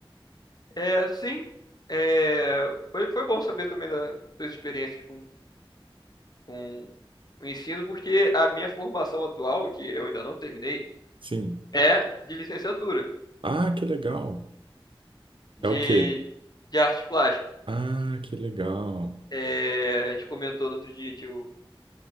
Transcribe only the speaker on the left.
É, sim, é, foi, foi bom saber também das suas experiências com, com o ensino, porque a minha formação atual, que eu ainda não terminei,
é de licenciatura,
de,
de artes plásticas.
É, a gente comentou no outro dia que eu,